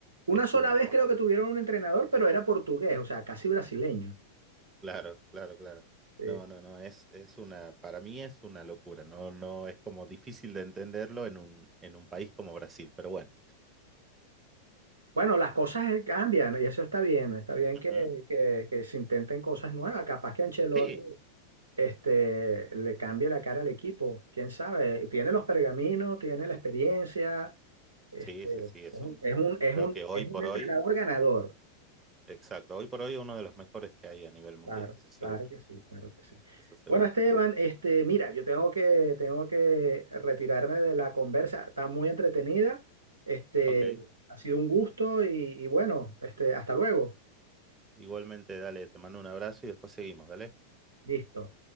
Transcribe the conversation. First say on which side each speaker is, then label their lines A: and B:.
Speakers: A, on the right; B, on the right.
A: Una
B: es
A: sola
B: como,
A: vez
B: wow.
A: creo que tuvieron un entrenador, pero era portugués, o sea, casi brasileño.
B: Claro, claro, claro.
A: Sí.
B: No, no, no, es, es una, para mí es una locura, no, no, es como difícil de entenderlo en un, en un país como Brasil, pero bueno.
A: Bueno, las cosas eh, cambian y eso está bien, está bien
B: Ujú.
A: que, que- que se intenten cosas nuevas. Capaz que Ancelotti
B: Sí,
A: este, le cambie la cara al equipo, quién sabe. Tiene los pergaminos, tiene la experiencia, este,
B: sí, sí, sí,
A: es
B: es
A: un,
B: un,
A: es un, es
B: creo
A: un
B: que hoy
A: es
B: por
A: un entrenador
B: hoy,
A: ganador.
B: exacto, hoy por hoy uno de los mejores que hay a nivel mundial,
A: Claro,
B: eso seguro,
A: claro que sí, claro que sí.
B: eso seguro.
A: Bueno, Esteban, este, mira, yo tengo que, tengo que retirarme de la conversa. Está muy entretenida. Este,
B: Ok,
A: ha sido un gusto y, y bueno, este, hasta luego.
B: igualmente, dale, te mando un abrazo y después seguimos, dale.
A: Listo.